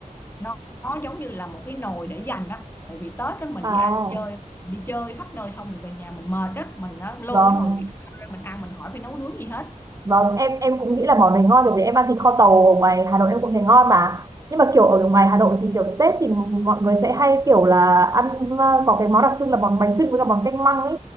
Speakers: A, on the left; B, on the right.
A: nó, nó giống như là một cái nồi để dành á tại vì Tết á mình
B: À
A: đi ăn chơi đi chơi khắp nơi xong mình về nhà mình mệt á mình á, lôi
B: vâng
A: cái nồi thịt kho ra mình ăn mình hỏi phải nấu nướng gì hết
B: Vâng, em em cũng nghĩ là món này ngon rồi vì em ăn thịt kho tàu ở ngoài Hà Nội em cũng thấy ngon mà. Nhưng mà kiểu ở ngoài Hà Nội thì kiểu Tết thì mọi người sẽ hay kiểu là ăn ờ, có cái món đặc trưng là món bánh chưng với cả món canh măng ấy.